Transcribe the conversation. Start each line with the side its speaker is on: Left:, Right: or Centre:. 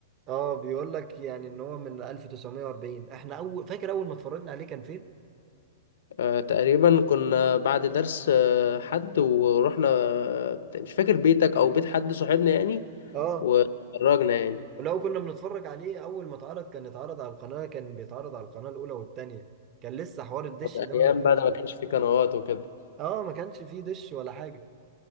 Right: اه بيقول لك يعني ان هو من 1940 احنا اول فاكر اول ما اتفرجنا عليه كان فين
Left: آه، تقريبا كنا بعد درس آه، حد ورحنا آه، مش فاكر بيتك او بيت حد صاحبنا يعني
Right: اه
Left: واتفرجنا يعني
Right: ولو كنا بنتفرج عليه اول ما اتعرض كان اتعرض على القناة كان بيتعرض على القناة الاولى والتانية كان لسه حوار الدش
Left: طب
Right: ده
Left: ايام
Right: ما كانش
Left: بقى ده ما كانش فيه قنوات وكده
Right: اه ما كانش فيه دش ولا حاجة